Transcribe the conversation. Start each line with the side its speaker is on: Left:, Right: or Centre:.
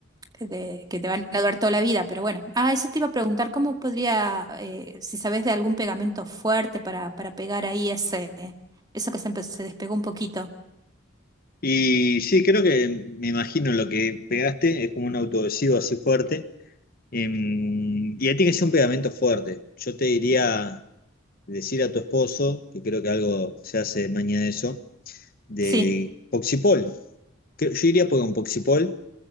Right: de- que te van a durar toda la vida, pero bueno, ah, eso te iba a preguntar, ¿cómo podría, eh, si sabes de algún pegamento fuerte para, para pegar ahí ese... Eso que se, empe- se despegó un poquito.
Left: Y sí, creo que me imagino lo que pegaste, es como un autoadhesivo así fuerte. Em, y ahí tiene que ser un pegamento fuerte. Yo te diría decir a tu esposo, que creo que algo se hace mañana de eso, de
Right: Sí,
Left: Poxipol. Que- Yo diría porque con Poxipol